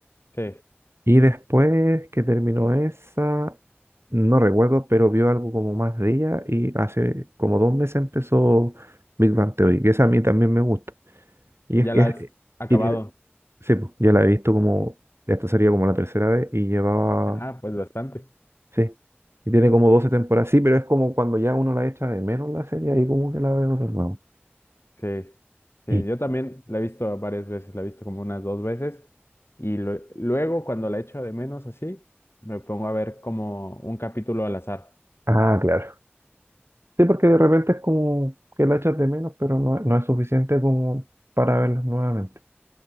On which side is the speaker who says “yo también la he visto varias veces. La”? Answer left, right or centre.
Left